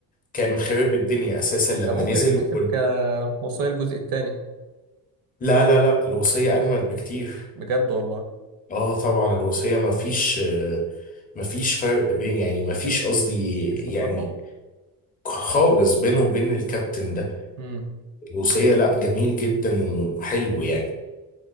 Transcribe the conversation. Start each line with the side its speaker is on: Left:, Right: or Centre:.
Left: كان خرب الدنيا اساسا لما
Right: ده ممكن
Left: نزل
Right: يتحسب
Left: وال-
Right: كالمصرية الجزء الثاني
Left: لا لا لا الوصيه اجمد بكتير
Right: بجد والله
Left: اه طبعا الوصيه ما فيش ما فيش فرق بين يعني ما فيش قصدي يعني
Right: مش مقارنة
Left: خالص بينه وبين الكابتن ده
Right: امم
Left: الوصيه لا جميل جدا وحلو يعني